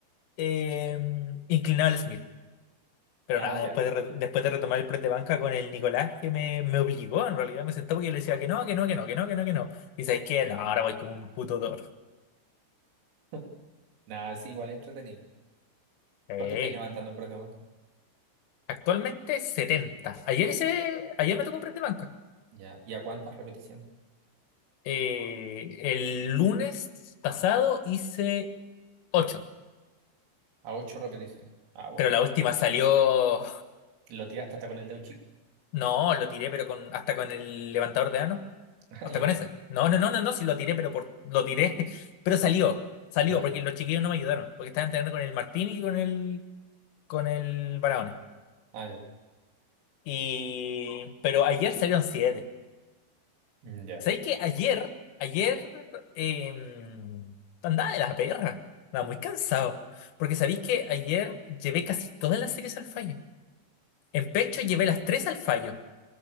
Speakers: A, on the left (about 75°); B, on the right (about 80°).
A: eh, inclinado al Smith. Pero
B: Nada,
A: nada,
B: ya.
A: después de, re- después de retomar el press de banca con el Nicolás, que me, me obligó, en realidad me sentó porque yo le decía que no, que no, que no, que no, que no, que no. Y sabéis que no, ahora voy como un puto toro.
B: <laughs> Nada, sí, igual es entretenido.
A: Eh,
B: ¿Cuánto estáis levantando en press de banca?
A: actualmente setenta Ayer, hice, ayer me tocó press de banca.
B: Ya. ¿Y a cuántas repeticiones?
A: Eh, el lunes pasado hice Ocho.
B: A ocho repeticiones. Ah, bueno.
A: Pero la última salió.
B: Lo tiraste hasta con el dedo chico.
A: No, lo tiré, pero con hasta con el levantador de ano.
B: <laughs> Ah,
A: Hasta
B: ya.
A: con ese. No, no, no, no, no, sí lo tiré, pero por lo tiré. <laughs> Pero salió. Salió,
B: Ya.
A: porque los chiquillos no me ayudaron. Porque estaban entrenando con el Martín y con el. con el Barahona.
B: Ah, ya.
A: Y. Pero ayer salieron siete.
B: Mm, Ya.
A: ¿Sabéis que ayer? Ayer. eh, andaba de la perra. Andaba muy cansado. Porque sabéis que ayer llevé casi todas las series al fallo. En pecho llevé las tres al fallo.